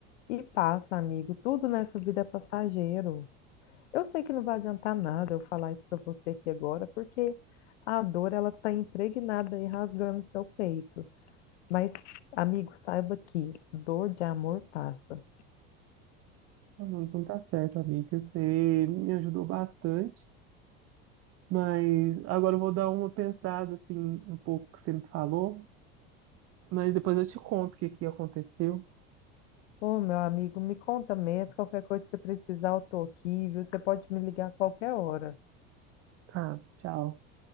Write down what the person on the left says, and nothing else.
E passa, amigo, tudo nessa vida é passageiro. Eu sei que não vai adiantar nada eu falar isso para você aqui agora, porque a dor, ela está impregnada e rasgando seu peito. Mas, amigo, saiba que dor de amor passa.
Ô, meu amigo, me conta mesmo. Qualquer coisa que você precisar, eu tô aqui, viu? Você pode me ligar a qualquer hora.